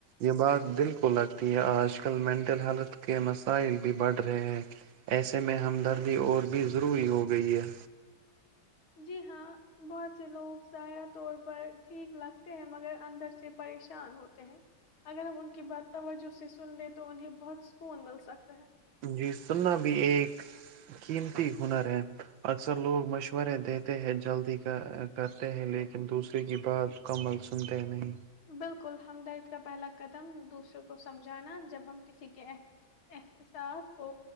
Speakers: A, on the right; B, on the left.
A: یہ بات دل کو لگتی ہے آج کل مینٹل ہیلتھ کے مسائل بھی بڑھ رہے ہیں ایسے میں ہمدردی اور بھی ضروری ہو گئی ہے
B: جی ہاں بہت سے لوگ ظاہرہ طور پر ٹھیک لگتے ہیں مگر اندر سے پریشان ہوتے ہیں اگر ہم ان کی بات توجہ سے سن لیں تو انہیں بہت سکون مل سکتا ہے
A: جی سننا بھی ایک قیمتی ہنر ہے اکثر لوگ مشورے دیتے ہیں جلدی کا کرتے ہیں لیکن دوسرے کی بات مکمل سنتے نہیں
B: بالکل ہمدرد کا پہلا قدم دوسروں کو سمجھانا جب ہم کسی کے احساس کو